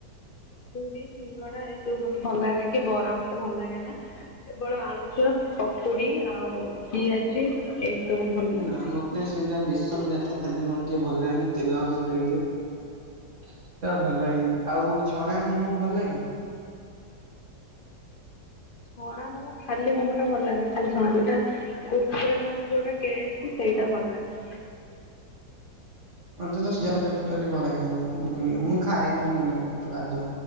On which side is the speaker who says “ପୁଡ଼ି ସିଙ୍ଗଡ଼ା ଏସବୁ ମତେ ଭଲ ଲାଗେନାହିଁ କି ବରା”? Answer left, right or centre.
Left